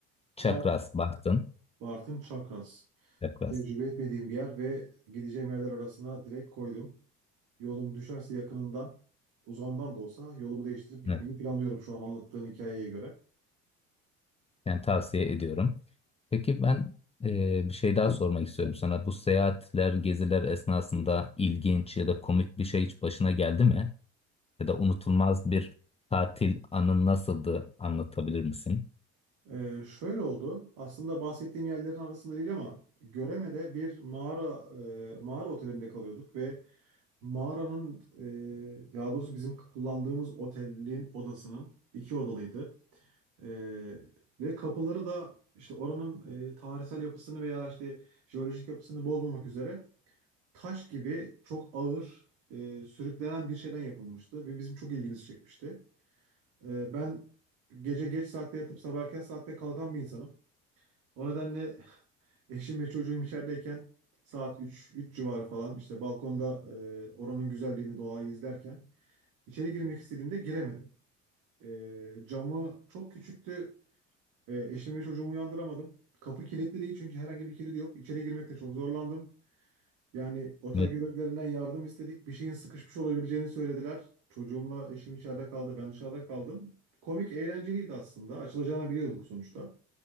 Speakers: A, on the left (about 20°); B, on the right (about 70°).
A: Çakras,
B: Bart,
A: Bartın.
B: Bartın Çakras.
A: Çakras.
B: Tecrübe etmediğim bir yer ve gideceğim yerler arasına direkt koydum. Yolum düşerse yakınından, uzağından da olsa yolumu değiştirip gitmeyi
A: Evet.
B: planlıyorum şu an anlattığın hikayeye göre.
A: Yani tavsiye ediyorum. Peki ben e, bir şey daha sormak istiyorum sana. Bu seyahatler, geziler esnasında ilginç ya da komik bir şey hiç başına geldi mi? Ya da unutulmaz bir tatil anın nasıldı anlatabilir misin?
B: Ee, şöyle oldu. Aslında bahsettiğim yerlerin arasında değil ama Göreme'de bir mağara e, mağara otelinde kalıyorduk ve mağaranın e, daha doğrusu bizim kullandığımız otelin odasının iki odalıydı. E, ve kapıları da işte oranın e, tarihsel yapısını veya işte jeolojik yapısını bozmamak üzere taş gibi çok ağır e, sürüklenen bir şeyden yapılmıştı ve bizim çok ilgimizi çekmişti. Ee, ben gece geç saatte yatıp sabah erken saatte kalkan bir insanım. O nedenle <laughs> eşim ve çocuğum içerideyken saat 3, 3 civarı falan işte balkonda e, oranın güzelliğini, doğayı izlerken içeri girmek istediğimde giremedim. E, camı çok küçüktü. E, eşim ve çocuğumu uyandıramadım. Kapı kilitli değil çünkü herhangi bir kilidi yok. İçeri girmekte çok zorlandım. Yani otel
A: Evet,
B: görevlilerinden yardım istedik. Bir şeyin sıkışmış olabileceğini söylediler. Çocuğumla eşim içeride kaldı. Ben dışarıda kaldım. Komik, eğlenceliydi aslında. Açılacağını biliyorduk sonuçta.